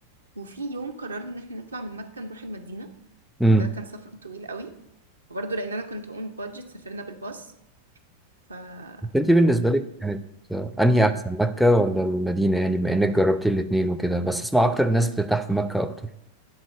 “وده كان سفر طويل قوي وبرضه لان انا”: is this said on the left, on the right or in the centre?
Right